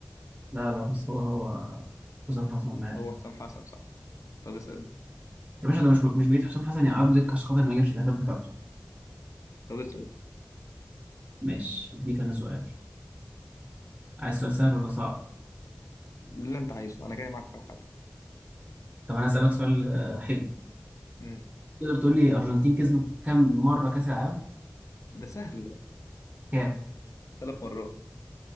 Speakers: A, on the right; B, on the left.
A: لا لا بس هو هو حسام حسن انا عارف
B: هو حسام حسن صح طب اسال انت
A: يا باشا ده مش مش بعيد حسام حسن يقعدوا دكه عشان خاطر ما يجيبش الاهداف بتاعته
B: طب اسال انت
A: ماشي دي كان سؤال عايز سؤال سهل ولا صعب
B: اللي انت عايزه انا جاي معاك في حاجه
A: طب انا اسالك سؤال آه، حلو
B: امم
A: تقدر تقول لي ارجنتين كسبت كام مره كاس العالم
B: ده سهل ده
A: كام
B: ثلاث مرات